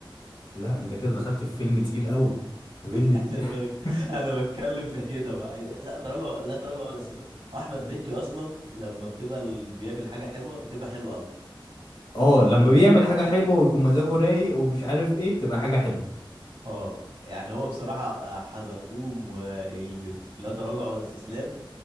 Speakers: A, on the left; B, on the right.
A: لا انت كده دخلت في فيلم تقيل قوي في فيلم
B: يعني
A: تقيل
B: انا
A: <laughs>
B: بك... انا بتكلم في كده بقى إيه، لا تراجع لا تراجع ولا استسلام احمد مكي اصلا لما بتبقى ال- بيعمل حاجه حلوه بتبقى حلوه قوي
A: اه لما بيعمل حاجه حلوه ويكون مزاجه رايق ومش عارف ايه بتبقى حاجه حلوه
B: اه يعني هو بصراحه آه، حزلقوم واللي في لا تراجع ولا استسلام